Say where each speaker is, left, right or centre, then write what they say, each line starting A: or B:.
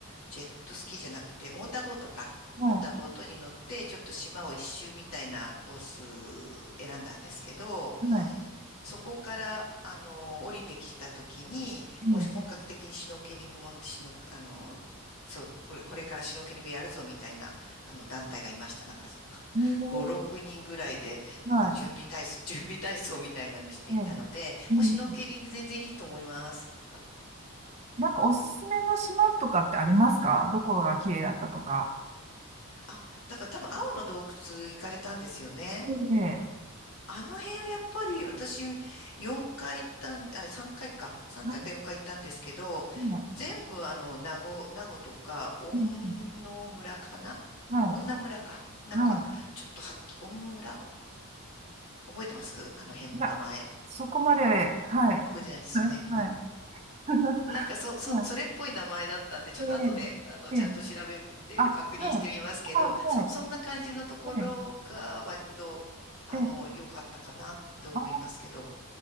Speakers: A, on the left; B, on the right.
A: ジェットスキーじゃなくて、モーターボートか。
B: はい。
A: モーターボートに乗って、ちょっと島を一周みたいなコース選んだんですけど、
B: はい。
A: そこから、あの、降りてきたときに、
B: うん。
A: もう本格的にシュノーケリング持ってシュノ、あの、そう、これ、これからシュノーケリングやるぞみたいな、あの、団体がいました。なんか、<laughs>
B: うん
A: 5、6人ぐらいで、
B: はい。
A: なんか準備体操、<laughs> 準備体操みたいなのしていたので、
B: うんうん。
A: もうシュノーケリング全然いいと思います。あ、
B: なんか、おすすめの島とかってありますかどこが綺麗だったとか。
A: あだから多分青の洞窟行かれたんですよね。
B: ええ。
A: あの辺やっぱり私4回行ったん、あ、3回かいか。3回か4回行ったんですけど、
B: なんか、うん
A: 全部あの、名護、名護とか、恩納村かな恩納村か。
B: うんうんは
A: なんか、
B: い。は
A: ちょっとはっき、恩納村覚えてますあの辺の名前。
B: い。いや、そこまで、はい。
A: 覚えてないですよね。
B: <laughs> はい。<laughs> はい。<laughs>
A: なんかそ、そ、
B: はい
A: それっぽい名前だったんで、ちょっと後で、
B: ええ、
A: あの、ちゃんと調べて確認してみますけど、
B: ええ、あ、はい。あ、
A: そ、
B: はい。
A: そんな感じのところが割と、
B: はい。
A: あの、
B: ええ、
A: 良かったかなと思いますけど。
B: あ